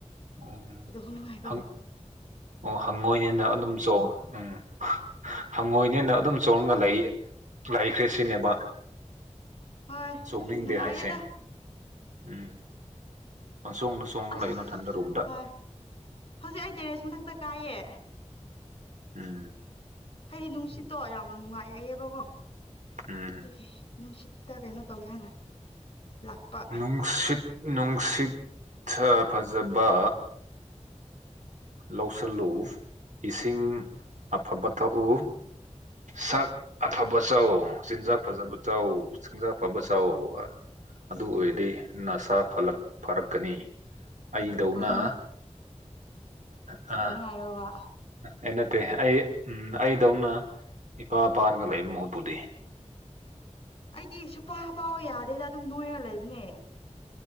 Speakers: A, on the right; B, on the left.
A: ꯎꯝ
B: ꯀꯩꯗꯧꯍꯧꯅꯤꯡꯉꯥꯏꯔꯣ
A: ꯍꯪ ꯑꯣ ꯍꯪꯉꯣꯏꯅꯦꯅ ꯑꯗꯨꯝ ꯆꯣꯡ ꯎꯝ ꯍꯪꯉꯣꯏꯅꯦꯅ ꯑꯗꯨꯝ ꯆꯣꯡꯔꯒ ꯂꯩ ꯂꯩꯈ꯭ꯔꯦ ꯁꯤꯅꯦꯕ
B: ꯍꯣꯏ
A: ꯁꯣꯛꯅꯤꯡꯗꯦ
B: ꯑꯗꯨꯝ ꯅꯨꯡꯉꯥꯏꯌꯦꯗ
A: ꯍꯥꯏꯁꯦ ꯎꯝ ꯄꯪꯆꯣꯡꯗ ꯆꯣꯡꯉꯒ
B: ꯑꯁ
A: ꯂꯩꯌꯨ ꯅꯊꯟꯗ ꯔꯨꯝꯗ
B: ꯍꯣꯏ ꯍꯧꯖꯤꯛ ꯑꯩ ꯇꯦꯔꯦꯁ ꯃꯊꯛꯇ ꯀꯥꯏꯌꯦ
A: ꯎꯝ
B: ꯍꯥꯏꯗꯤ ꯅꯨꯡꯁꯤꯠꯇꯣ ꯌꯥꯝ ꯅꯨꯡꯉꯥꯏꯑꯑꯦꯕꯀꯣ
A: ꯎꯝ
B: ꯑꯗꯨꯒꯤ ꯅꯨꯡꯁꯤꯠ ꯇꯥ ꯀꯩꯅꯣ ꯇꯧꯒꯦ ꯍꯥꯏꯅ ꯂꯥꯛꯄ
A: ꯅꯨꯡꯁꯤꯠ ꯅꯨꯡꯁꯤꯠ ꯁꯥ ꯐꯖꯕ ꯂꯧꯁꯜꯂꯨ ꯏꯁꯤꯡ ꯑꯐꯕ ꯊꯛꯎ ꯁꯛ ꯑꯐꯕ ꯆꯥꯎ ꯆꯤꯟꯖꯥꯛ ꯐꯖꯕ ꯆꯥꯎ ꯆꯤꯟꯖꯥꯛ ꯑꯐꯕ ꯆꯥꯎ ꯑꯗꯨ ꯑꯣꯏꯔꯗꯤ ꯅꯁꯥ ꯐꯂꯛ ꯐꯔꯛꯀꯅꯤ ꯑꯩꯗꯧꯅ
B: ꯍꯣꯏꯅꯦ
A: ꯑ
B: ꯑꯔꯣ ꯋꯥ
A: ꯑꯦ ꯅꯠꯇꯦ ꯑꯩ ꯎꯝ ꯑꯩꯗꯧꯅ ꯏꯄꯥ ꯏꯄꯥꯔꯒ ꯂꯩꯕ ꯃꯍꯨꯠꯄꯨꯗꯤ
B: ꯑꯩꯗꯤ ꯁꯨꯄꯥ ꯄꯥꯎ ꯌꯥꯗꯦꯗ ꯑꯗꯨꯝ ꯅꯣꯏꯔ ꯂꯩꯕꯅꯦ